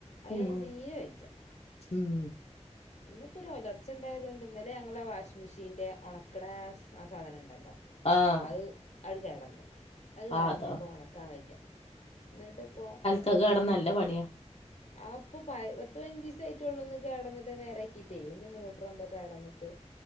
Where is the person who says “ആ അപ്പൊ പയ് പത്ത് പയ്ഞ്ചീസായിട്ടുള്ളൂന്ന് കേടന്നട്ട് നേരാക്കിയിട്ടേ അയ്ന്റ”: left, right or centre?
Left